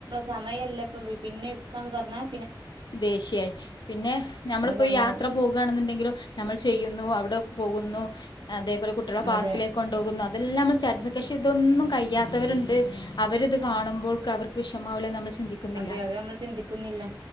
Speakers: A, on the right; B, on the left.
A: സമയെല്ലാ ഇപ്പ പി പിന്നെ എട്ക്കാന്ന് പറഞ്ഞാൽ
B: ദേഷ്യായി പിന്നെ ഞമ്മളിപ്പോ
A: അതാണ്
B: ഈ യാത്ര
A: അവൻ
B: പോ പോകാണ്ന്ന്ണ്ടെങ്കിലും ന്തമ്മള് ചെയ്യുന്നു അവിടെ പോകുന്നു അതേപോലെ കുട്ട്യാളെ പാർക്കില്
A: അതെ
B: കൊണ്ടോകുന്നു അതെല്ലാം നമ്മള് സ്റ്റാറ്റസ് പക്ഷെ ഇതൊന്നും കയ്യാത്തവര്ണ്ട് അവരിത് കാണുമ്പോൾക്ക് അവർക്ക് വിഷമാവില്ലെ നമ്മൾ ചിന്തിക്കുന്നില്ല
A: അതെ അത് നമ്മൾ ചിന്തിക്കുന്നില്ലാ